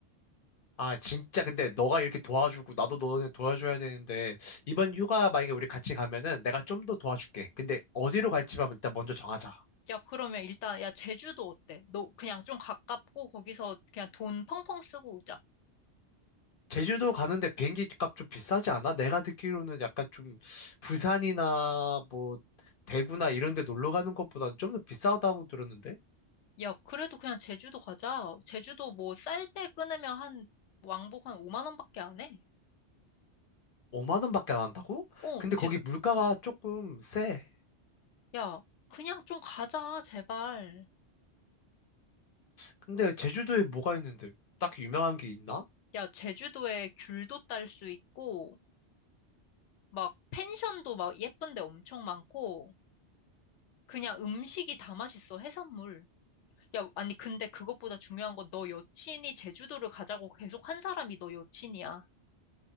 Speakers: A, on the left (about 55°); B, on the left (about 85°).
A: 아, 진짜 근데 너가 이렇게 도와주고 나도 너네 도와줘야 되는데 이번 휴가 만약에 우리 같이 가면은 내가 좀 더 도와줄게. 근데 어디로 갈지만 일단 먼저 정하자.
B: 야, 그러면 일단, 야, 제주도 어때? 너 그냥 좀 가깝고 거기서 그냥 돈 펑펑 쓰고 오자.
A: 제주도 가는데 비행기 값 좀 비싸지 않아? 내가 듣기로는 약간 좀 부산이나 뭐 대구나 이런 데 놀러 가는 것보다는 좀 더 비싸다고 들었는데?
B: 야, 그래도 그냥 제주도 가자. 제주도 뭐 쌀 때 끊으면 한 왕복 한 5만 원밖에 안 해.
A: 5만 원밖에 안 한다고?
B: 어,
A: 근데
B: 제,
A: 거기 물가가 조금 세.
B: 야, 그냥 좀 가자, 제발.
A: 근데 제주도에 뭐가 있는데 딱히 유명한 게 있나?
B: 야, 제주도에 귤도 딸 수 있고, 막 펜션도 막 예쁜 데 엄청 많고, 그냥 음식이 다 맛있어, 해산물. 야, 아니, 근데 그것보다 중요한 건 너 여친이 제주도를 가자고 계속 한 사람이 너 여친이야.